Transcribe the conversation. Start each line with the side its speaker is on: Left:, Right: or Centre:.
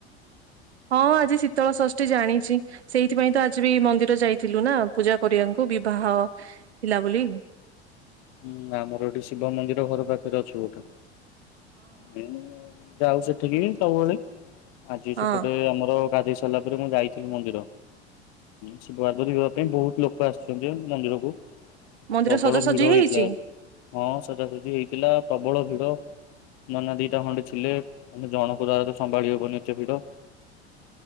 Right: ହଁ ଆଜି ଶୀତଳ ଷଷ୍ଠୀ ଜାଣିଛି। ସେଇଥିପାଇଁ ତ ଆଜି ବି ମନ୍ଦିର ଯାଇଥିଲୁ ନା ପୂଜା କରିବାଙ୍କୁ ବିବାହ ଥିଲା ବୋଲି।
Left: ହୁଁ ଆମର ଏଠି ଶିବ ମନ୍ଦିର ଘର ପାଖରେ ଅଛି ଗୋଟେ। ହଁ ଯାଉ ସେ। ଟିକିଏ ସବୁବେଳେ। ଆଜି ସେପଟେ
Right: ହଁ
Left: ଆମର ଗାଧେଇ ସାରିଲା ପରେ ମୁଁ ଯାଇଥିଲି ମନ୍ଦିର। ଶିବ ପାର୍ବତୀ ବିବାହ ପାଇଁ ବହୁତ ଲୋକ ଆସିଛନ୍ତି ମନ୍ଦିରକୁ।
Right: ମନ୍ଦିର
Left: ପ୍ରବଳ
Right: ସଜାସଜି
Left: ଭିଡ଼ ହେଇ
Right: ହେଇଛି
Left: ଆଜି ହଁ ସଜାସଜି ହେଇଥିଲା। ପ୍ରବଳ ଭିଡ ନନା ଦିଟା ଖଣ୍ଡେ ଥିଲେ ମାନେ ଜଣଙ୍କୁ ତା ଧେରେ ସମ୍ଭାଳି ହବନି ଏତେ ଭିଡ଼।